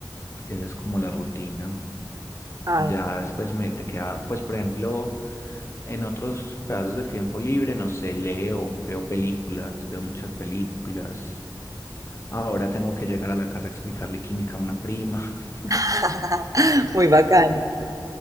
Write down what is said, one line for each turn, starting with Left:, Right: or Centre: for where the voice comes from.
Left: esa es como la rutina.
Right: Ay,
Left: Ya después me te queda, pues por ejemplo, en otros pedazos de tiempo libre, no sé, leo, veo películas, veo muchas películas. Ahora tengo que llegar a la casa a explicarle química a una prima. <laughs>
Right: <laughs> muy bacano.